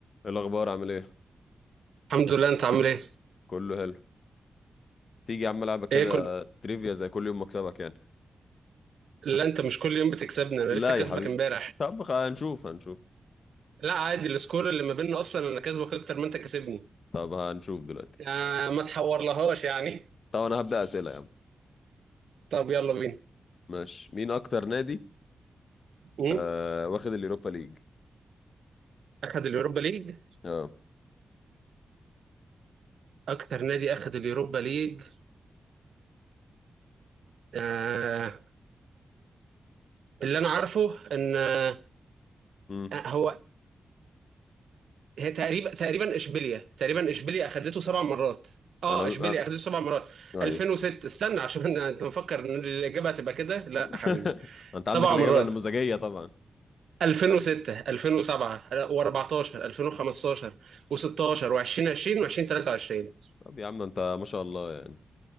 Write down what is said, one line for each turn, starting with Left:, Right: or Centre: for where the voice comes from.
Left: ايه الاخبار عامل ايه
Right: الحمد لله انت عامل ايه؟
Left: كله حلو تيجي يا عم العبك كده
Right: ايه كل
Left: تريفيا زي كل يوم مكسبك يعني
Right: لا انت مش كل يوم بتكسبني انا
Left: لا
Right: لسه كسبك
Left: يا حبيبي
Right: امبارح
Left: طب خ- هنشوف هنشوف
Right: لا عادي السكور اللي ما بيننا اصلا انا كسبك اكتر ما انت كسبني
Left: طب هنشوف دلوقتي
Right: آه ما تحورلهاش يعني
Left: طب انا هبدأ اسئله يا عم
Right: طب يلا بينا
Left: ماشي مين اكتر نادي
Right: مم؟
Left: آه واخد اليوروبا ليج
Right: اخد اليوروبا ليج
Left: اه
Right: اكتر نادي اخد اليوروبا ليج آه اللي انا عارفه ان آه
Left: امم
Right: هو هي تقريبا تقريبا اشبيليا تقريبا اشبيليا اخدته سبع مرات اه
Left: انا
Right: اشبيليا
Left: انا
Right: اخدته سبع مرات
Left: ايوه
Right: 2006 استنى عشان انا- انت مفكر ان الاجابه هتبقى كده لا
Left: <laughs>
Right: يا حبيبي
Left: انت عندك
Right: سبع
Left: الاجابه
Right: مرات
Left: النموذجيه طبعا
Right: 2006 2007 و14 2015 و16 و2020 و2023
Left: طب يا عم انت ما شاء الله يعني